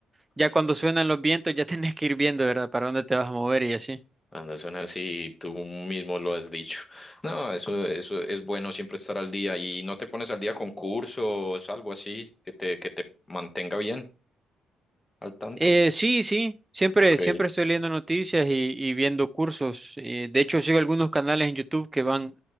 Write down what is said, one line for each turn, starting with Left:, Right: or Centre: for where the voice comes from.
Right: Ya cuando suenan los vientos ya <laughs> tenés que ir viendo, ¿verdad? Para dónde te vas a mover y así.
Left: Cuando son así, tú mismo lo has dicho. No, eso, eso es bueno siempre estar al día y no te pones al día con cursos, algo así, que te, que te mantenga bien al tanto.
Right: Eh, sí, sí, siempre,
Left: Ok.
Right: siempre estoy leyendo noticias y, y viendo cursos. Eh, de hecho, sigo algunos canales en YouTube que van,